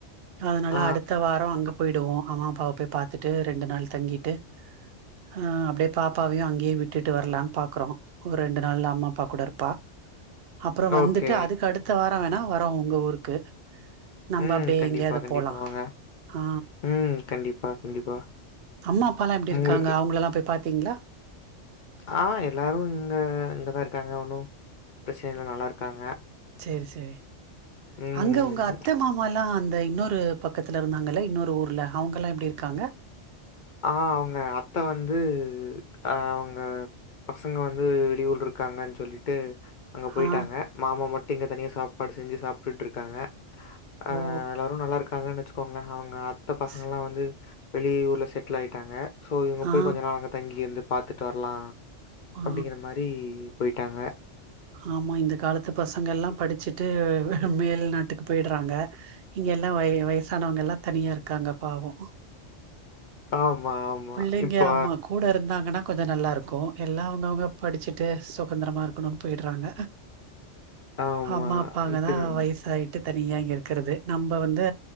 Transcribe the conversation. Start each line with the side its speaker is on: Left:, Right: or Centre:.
Right: அதனால
Left: ஆ.
Right: அடுத்த வாரோ அங்க போயிடுவோ அம்மா அப்பாவ போய் பாத்துட்டு ரெண்டு நாள் தங்கிட்டு அ அப்டியே பாப்பாவையும் அங்கேயே விட்டுட்டு வரலான் பாக்றோ ஒரு ரெண்டு நாள்ல அம்மாப்பா கூட இருப்பா அப்றோ வந்துட்டு
Left: ஓகே.
Right: அதுக்கு அடுத்த வரோ வேணா வாரோ உங்க ஊருக்கு நம்ம
Left: ம்
Right: அப்டியே
Left: கண்டிப்பா
Right: எங்கேயாவது
Left: கண்டிப்பா
Right: போலா
Left: வாங்க
Right: ஆ
Left: ம் கண்டிப்பா கண்டிப்பா
Right: அம்மா அப்பாலா எப்படி
Left: உங்களுக்கு
Right: இருக்காங்க அவங்கலல்லா போய் பாத்தீங்களா
Left: ஆ எல்லாரு இன்னு இங்க தா இருக்காங்க ஒண்ணு பிரச்சன இல்ல நல்லாதா இருக்காங்க
Right: செரி செரி
Left: ம்.
Right: அங்க உங்க அத்த மாமால்லா அந்த இன்னொ ட்டு பக்கத்தில இருந்தாங்கள்ள இன்னொரு ஊர்ல அவங்கல்லாம் எப்டி இருக்காங்க
Left: ஆ அவங்க அத்த வந்து அ அவங்க பசங்க வந்து வெளியூர்ல இருக்காங்கன்னு சொல்லிட்டு அங்க போயிட்டாங்க
Right: ஆ
Left: மாமா மட்டு இங்க தனியா சாப்பாடு செஞ்சு சாப்ட்டுட்டுருக்காங்க அ
Right: ஓ
Left: எல்லாரும் நல்லா இருக்காங்கன்னு வச்சுக்கோகளே அவங்க அத்த பசங்கள்லாம்
Right: ஸ்
Left: வந்து வெளிய ஊர்ல செட் ட்டில் ஆயிட்டாங்க சோ இவங்க
Right: ஆ
Left: போய் கொஞ்ச நாள் அங்க தங்கி வந்து பாத்துட்டு வரலா
Right: ஆ
Left: அப்டிங்கற மாரி டி போயிட்டாங்க
Right: ஆமா இந்த காலத்து பசங்கல்லா படிச்சுட்டு மேல் நாட்டுக்கு போயிடுறாங்க இங்க எல்லா வய வயசானவங்க எல்லா தனியா இருக்காங்க பாவோ
Left: ஆமா, ஆமா.
Right: பிள்ளைங்க
Left: இப்போ
Right: ஆமா கூட இருந்தாங்கன்னா கொஞ்ச நல்லாயிருக்கு எல்லா அவங்கவுங்க படிச்சுட்டு சுதந்திரமாக இருக்கணு போயிட்றாங்க
Left: ஆமா.
Right: அம்மா அப்பாதா
Left: இப்பதான்
Right: வயசாயிட் டு தனியா இங்க இருக்கிறது நம்ம வந்து